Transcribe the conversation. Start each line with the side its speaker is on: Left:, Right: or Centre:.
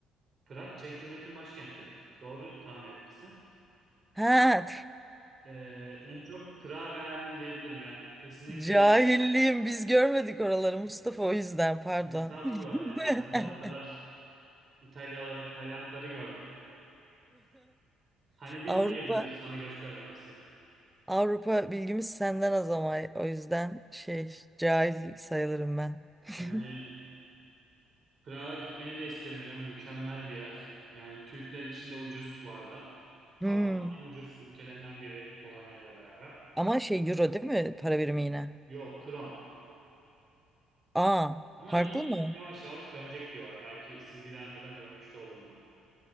Right: Prag, Çek Cumhuriyeti'nin başkenti. Doğru tahmin etmişsin.
Centre: Ha,
Right: Ee, en çok Prag'ı beğendim diyebilirim. Yani kesinlikle
Centre: <laughs> cahilliğim biz görmedik oraları Mustafa o yüzden pardon.
Right: estağfurullah yani
Centre: <laughs>
Right: sen de o kadar İtalyaları, Taylandları gördün. Hani bin
Centre: Avrupa
Right: ayıbıdır sana göstermemesi.
Centre: Avrupa bilgimiz senden az ama o yüzden şey cahil sayılırım ben. <laughs>
Right: Yani Prag'a gitmeni de isterim İrem. Mükemmel bir yer. Yani Türkler için de ucuz bu arada. Avrupa'nın
Centre: Hmm.
Right: en ucuz ülkelerinden biri Polonya ile beraber.
Centre: Ama şey euro değil mi para birimi yine?
Right: Yok, kron.
Centre: Aa
Right: Ama
Centre: farklı
Right: hani
Centre: mı?
Right: yavaş yavaş dönecek diyorlar. Belki siz gidene kadar dönmüş de olurlar.